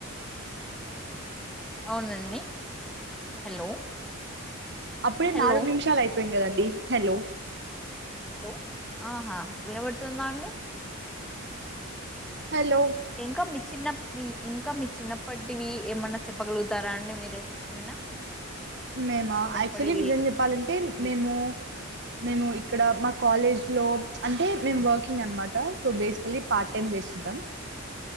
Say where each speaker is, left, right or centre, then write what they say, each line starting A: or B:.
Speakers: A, in the centre; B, on the right.
A: అవునండి హలో
B: అప్పుడే
A: హలో
B: నాలుగు నిమిషాలు అయిపోయింది కదండి హలో
A: హలో ఆహా వినబడుతుందా అండి
B: హలో
A: ఇంకా మీ చిన్న మీ ఇంకా మీ చిన్నప్పటివి ఏమైన్నా చెప్పగలుగుతారా అండి మీరే ఏమైనా
B: మేము
A: చిన్నప్పటివి
B: యాక్చువల్లీ నిజం చెప్పాలంటే మేము మేము ఇక్కడ మా కాలేజ్ లో అంటే మేము వర్కింగ్ అనమాట సో బేసికలీ పాార్ట్ టైం చేేస్తుంటాం